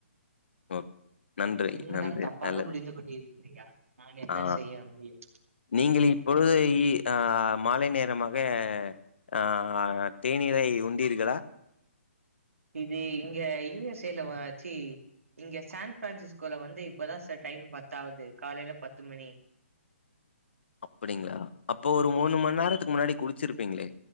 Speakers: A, on the left; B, on the right.
A: <inaudible>
B: நீங்கதான்
A: நன்றி
B: தப்பாக
A: நல்லது
B: புரிந்து கொண்டு இருக்கிறிய நான் என்ன
A: ஆ
B: செய்ய முடியு
A: நீங்கள் இப்போ இ ஆ மாலை நேரமாக ஆ தேநீரை உண்டீர்களா
B: இது இங்க யூஎஸ்ஸேலவாச்சி இங்க சான் பிரான்சிஸ்கோல வந்து இப்பதான் சார் டைம் பத்தாவது காலையில பத்து மணி
A: அப்படிங்களா அப்போ ஒரு மூணு மணி நேரத்துக்கு முன்னாடி குளிச்சிருப்பீங்களே